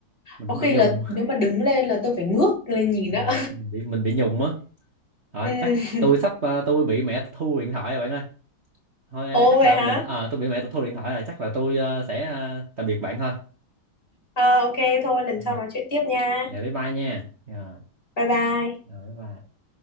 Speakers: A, on the right; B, on the left.
A: Mình
B: có
A: cũng
B: khi
A: bị nhùng.
B: là nếu mà đứng lên là tôi phải ngước lên nhìn
A: Ờ,
B: á
A: mình bị mình bị nhùng á. Rồi
B: <laughs>
A: chắc
B: ừ.
A: tôi sắp ờ, tôi bị mẹ thu điện thoại rồi bạn ơi. Thôi
B: Ồ
A: ờ, chắc
B: vậy
A: là
B: hả?
A: mình ờ, tôi bị mẹ thu điện thoại rồi, chắc là tôi ờ, sẽ ờ, tạm biệt bạn thôi.
B: Ờ, ok thôi lần
A: Rồi,
B: sau nói chuyện tiếp nha.
A: dạ bye bye nha. Rồi,
B: Bye bye.
A: rồi bye bye.